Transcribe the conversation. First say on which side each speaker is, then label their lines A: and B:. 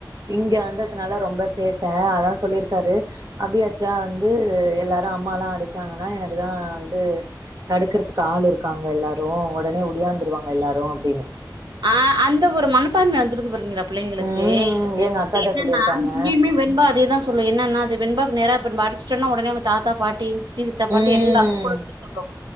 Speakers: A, on the right; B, on the right.
A: இங்க வந்ததனால ரொம்ப சேட்ட அதா சொல்லிருக்காரு அபி அச்சா வந்து எல்லார் அம்மாலா அடிச்சாங்கன்னா எனக்குதா வந்து தடுக்ரதுக்கு ஆள் இருக்காங்க எல்லாரும ஒடனே ஒடியாந்துருவாங்க எல்லாரு அப்டின்னு
B: ஆ அந்த ஒரு மனப்பான்ம வந்துருது பாரிங்களா பிள்ளங்களுக்கு
A: ம். எங்க அக்காட்ட
B: இப்ப என்னன்னா
A: சொல்லியிருக்காங்க.
B: இங்கயுமே வென்பா அதேதா சொல்லு என்னான்னா அது வெண்பாக்கு நேரா இப்ப நம்ப அடுச்டோனா உடனே அவுங்க தாத்தா பாட்டி சித்தி சித்தப்பான்டு
A: ம்.
B: எல்லாருக்கும் ஃபோன் அடுச்சு சொல்லு